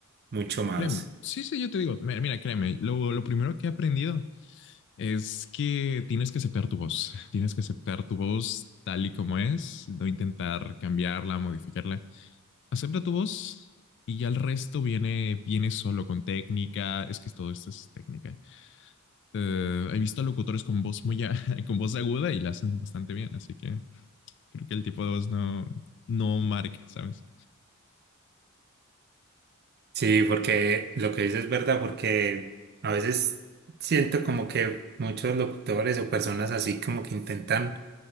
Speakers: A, on the right (about 45°); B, on the left (about 55°).
A: mucho más.
B: Créeme, sí, sí, yo te digo, mira, mira, créeme, lo, lo primero que he aprendido es que tienes que aceptar tu voz, tienes que aceptar tu voz tal y como es, no intentar cambiarla, modificarla. Acepta tu voz y ya el resto viene, viene solo con técnica, es que todo esto es técnica eh, he visto locutores con voz muy a- <laughs> con voz aguda y la hacen bastante bien, así que creo que el tipo de voz no, no marca, ¿sabes?
A: Sí, porque lo que dices es verdad, porque a veces siento como que muchos locutores o personas así como que intentan